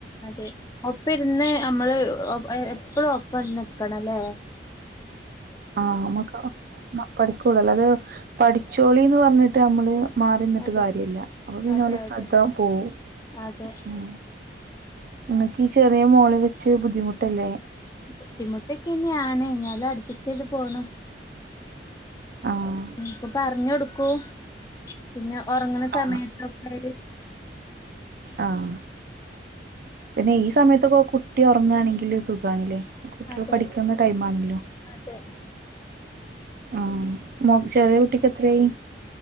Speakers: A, on the left (about 20°); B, on the right (about 50°).
A: അതെ ഒപ്പ ഇരുന്ന് നമ്മള് എപ്പഴും ഒപ്പ നിക്കണം അല്ലേ
B: ആ നമ്മക്ക് പഠിക്കൂളല്ലേ അത് പഠിച്ചോളി ന്ന് പറഞ്ഞിട്ട് നമ്മള് മാറി നിന്നിട്ട്
A: അതെ
B: കാര്യം ഇല്ല അപ്പൊ പിന്നെ
A: അതെ
B: അവള്ടെ ശ്രദ്ധ
A: അതെ
B: പോകും
A: അതെ
B: ഉം എനിക്ക് ഈ ചെറിയ മോളെ വെച്ച് ബുദ്ധിമുട്ട ട്ടല്ലേ
A: ബുദ്ധിമുട്ടൊക്കെന്നെയാണ് എഞ്ഞാലും അഡ്ജസ്‌ ചെയ്ത് പോണം
B: ആഹ
A: ഇപ്പൊ പറഞ്ഞ കൊടുക്കൂ പിന്നെ ഉറങ്ങണ സമയത്തൊക്കെ
B: ആ ആഹ പിന്നെ ഈ സമയത്തൊക്കെ കുട്ടി ഉറങ്ങാണെങ്കില് സുഖണില്ലേ കുട്ടികൾ
A: അതെ
B: പഠിക്കുന്ന ടൈം ആണല്ലോ
A: അതെ
B: ആ ചെറിയ കുട്ടിക്ക് എത്രയായി